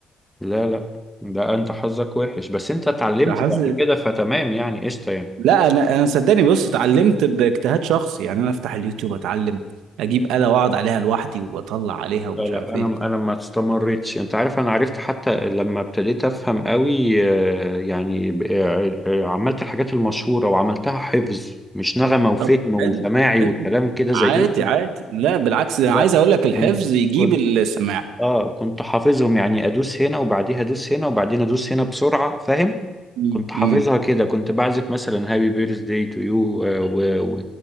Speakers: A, in the centre; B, on the right.
A: لا لا ده انت حظك وحش بس انت اتعلمت
B: ده حظ
A: بعد كده فتمام يعني قشطة يعني
B: لا انا انا صدقني بص اتعلمت باجتهاد شخصي يعني انا افتح اليوتيوب اتعلم اجيب آلة واقعد عليها لوحدي واطلع عليها ومش
A: لا لا
B: عارف
A: انا
B: ايه
A: انا ما استمرتش انت عارف انا عرفت حتى لما ابتديت افهم قوي آه، يعني ب- آه، آه، عملت الحاجات المشهوره وعملتها حفظ مش نغمه وفهم
B: طب
A: وسماعي
B: حلو
A: وكلام
B: حلو
A: كده زيهم
B: عادي عادي لا بالعكس ده
A: لا
B: انا عايز اقول لك الحفظ
A: كنت
B: يجيب
A: كنت
B: السماع
A: اه كنت حافظهم يعني ادوس هنا وبعديها ادوس هنا وبعدين ادوس هنا بسرعه فاهم
B: مم.
A: كنت حافظها
B: مم.
A: كده كنت بعزف مثلا هابي بيرث داي تو يو